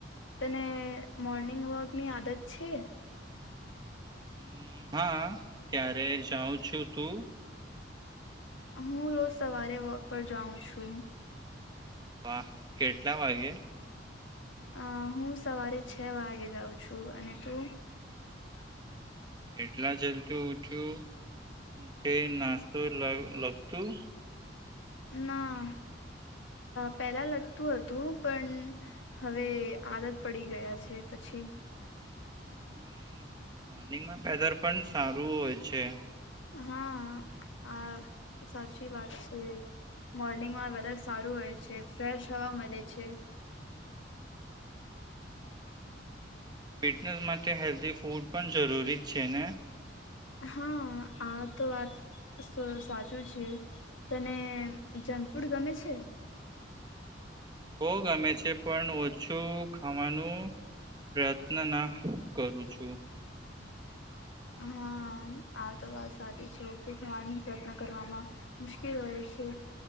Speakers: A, on the left; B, on the right.
A: તને મોર્નિંગ વોકની આદત છે?
B: હમ, હા ક્યારે જાઉં છું તું?
A: હું રોજ સવારે વોક પર જાઉં છું.
B: વાહ કેટલા વાગે?
A: અ હું સવારે છ વાગે જાઉં છું અને તું?
B: એટલા જલ્દી ઊચું કે નાસ્તો લગતું.
A: ના પહેલા લગતું હતું પણ હવે આદત પડી ગયા છે પછી.
B: હમ્મ મોર્નિંગમાં પેદલ પણ સારું હોય છે.
A: હા આ સાચી વાત છે મોર્નિંગમાં વધારે સારું હોય છે ફ્રેશ હવા મળે છે.
B: ફિટનેસ માટે હેલ્ધી ફૂડ પણ જરૂરી જ છે ને.
A: હા આ તો વાત સાચું છે, તને જંક ફૂડ ગમે છે?
B: ભો ગમે છે પણ ઓછું ખાવાનું પ્રયત્ન ના કરું છું.
A: હા આ તો વાત સાચી છે ઓછું ખાવાનો પ્રયત્ન કરવામાં મુશ્કેલ હોય છે.